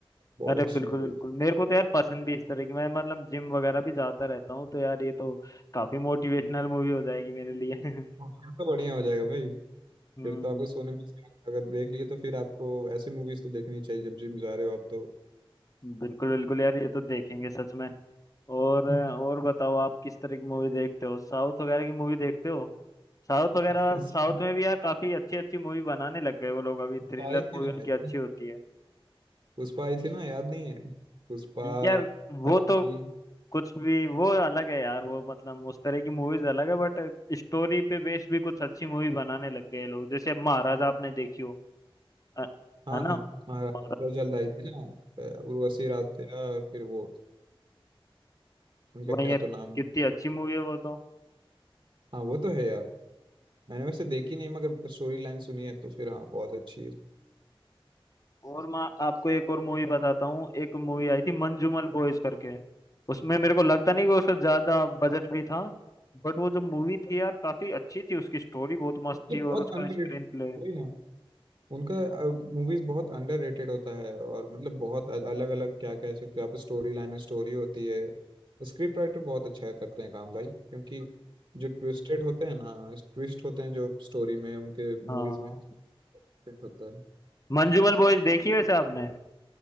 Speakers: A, on the right; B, on the left.
A: बहुत
B: अरे
A: अच्छी
B: बिल्कुल
A: मूवी
B: बिल्कुल
A: है
B: मेरे को तो यार पसंद भी इस तरह की मैं मतलब जिम वगैरह भी जाता रहता हूँ तो यार ये तो काफी मोटिवेशनल मूवी हो जाएगी मेरे लिए <laughs>
A: हाँ, फिर तो बढ़िया हो जाएगा भाई
B: हम्म
A: फिर तो आपको सोने में इसका- अगर देख लिए तो फिर आपको ऐसी मूवीज तो देखनी चाहिए जब जिम जा रहे हो आप तो
B: बिल्कुल बिल्कुल यार ये तो देखेंगे सच में और
A: <laughs>
B: और बताओ आप किस तरह की मूवी देखते हो साउथ वगैरह की मूवी देखते हो साउथ वगैरह
A: भाई।
B: साउथ में भी यार काफी अच्छी अच्छी मूवी बनाने लग गए वो लोग अभी थ्रिलर
A: क्या ही थी
B: मूवी
A: ना
B: उनकी
A: भाई
B: अच्छी होती है
A: पुष्पा आई थी ना याद नहीं है पुष्पा
B: यार वो
A: आओ की
B: तो कुछ भी वो अलग है यार वो मतलब उस तरह की मूवीज अलग है बट स्टोरी पे बेस भी कुछ अच्छी मूवी बनाने लग गए लोग जैसे महाराजा आपने देखी हो अ-
A: हाँ
B: है ना
A: हाँ महाराज
B: महाराज-
A: पर जल्द आई थी ना अ, उर्वशी राठिया और फिर वो उनका
B: वही
A: क्या
B: यार
A: तो नाम
B: कितनी
A: है
B: अच्छी मूवी है वो तो
A: हाँ वो तो है यार मैंने वैसे देखी नहीं मगर स्टोरी लाइन सुनी है तो फिर हाँ बहुत अच्छी है <laughs>
B: और मैं आपको एक और मूवी बताता हूँ एक मूवी आई थी मंजूमल बॉयज करके उसमें मेरे को लगता नहीं कि उसका ज्यादा बजट भी था बट वो जो मूवी थी यार काफी अच्छी थी उसकी स्टोरी बहुत मस्त
A: ये
B: थी
A: बहुत
B: और उसका
A: अनरिलेटेड
B: स्क्रीन प्ले
A: वही ना उनका मूवीज बहुत अंडररेटेड होता है और मतलब बहुत अलग अलग क्या कह सकते हो आप स्टोरी लाइन और स्टोरी होती है स्क्रिप्ट राइटर बहुत अच्छा करते हैं काम भाई क्योंकि जो ट्विस्टेड होते हैं ना ट्विस्ट होते हैं जो स्टोरी में उनके
B: हाँ
A: मूवीज में ट्विस्ट होता है
B: मंजूमल बॉयज देखी वैसे आपने